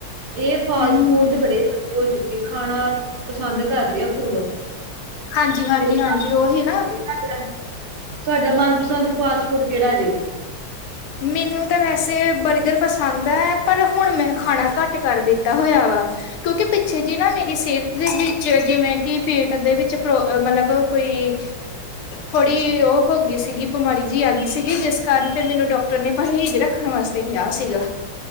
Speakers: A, on the right; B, on the left.
A: ਏ ਫਾਸਟ
B: ਹਮ
A: ਫੂਡ ਦੇ ਬੜੇ ਹੋਗੇ ਔਚੁੱ ਇ ਖਾਣਾ ਪਸੰਦ ਕਰਦੇ ਆ ਫੂਡ।
B: ਹਾਂਜੀ ਹਾਂਜੀ
A: ਤੇ ਤੁਹਾਡਾ
B: ਹਾਂਜੀ, ਓਹੀ ਨਾ।
A: ਤੁਹਾਡਾ ਮਨਪਸੰਦ ਫਾਸਟ ਫੂਡ ਕੇੜਾ ਜੇ?
B: ਮੈਨੂੰ ਤਾਂ ਵੈਸੇ ਬਰਗਰ ਪਸੰਦ ਹੈ, ਪਰ ਹੁਣ ਮੈਂ ਖਾਣਾ ਘੱਟ ਕਰ ਦਿੱਤਾ ਹੋਇਆ ਵਾ। ਕਿਉਂਕਿ ਪਿੱਛੇ ਜੀ ਨਾ ਮੇਰੀ ਸਿਹਤ ਦੇ ਵਿੱਚ ਜਿਵੇਂ ਕਿ ਪੇਟ ਦੇ ਵਿੱਚ ਪ੍ਰੋ ਮਤਲਬ ਕੋਈ ਥੋੜੀ ਓਹ ਹੋਗੀ ਸੀਗੀ ਬਿਮਾਰੀ ਜਿ ਆਗੀ ਸੀਗੀ, ਜਿਸ ਕਾਰਨ ਫੇਰ ਮੈਨੂੰ ਡਾਕ ਟਰ ਨੇ ਪਰਹੇਜ ਰੱਖਣ ਵਾਸਤੇ ਕਿਹਾ ਸੀਗਾ।